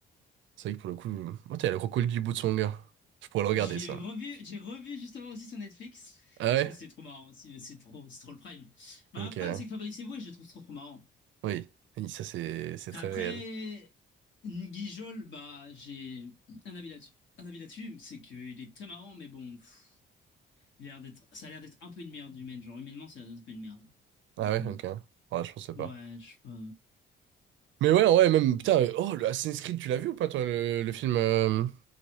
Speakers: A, on the right; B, on the left.
A: C'est vrai que pour le coup, oh, t'as le crocodile du bout de son gars. Je pourrais le regarder
B: J'ai
A: ça.
B: revu, j'ai revu justement aussi sur Netflix,
A: Ah
B: parce
A: ouais?
B: que c'est trop marrant aussi, c'est trop, c'est trop le prime. Bah,
A: Ok.
B: le prime, c'est que Fabrice Eboué, je le trouve trop trop marrant.
A: Oui. Oui, ça c'est c'est
B: Après,
A: très réel.
B: Nguijol, bah, j'ai un avis là-dessus. Un avis là-dessus, c'est qu'il est très marrant, mais bon, pff, il a l'air d'être, ça a l'air d'être un peu une merde humaine. Genre, humainement, ça a l'air d'être un peu une merde. Mais
A: Ah ouais,
B: bon,
A: ok. Ouais, je pensais pas.
B: ouais, je sais pas.
A: Mais ouais, ouais, même, putain, euh, oh, le Assassin's Creed, tu l'as vu ou pas, toi, le, le film euh,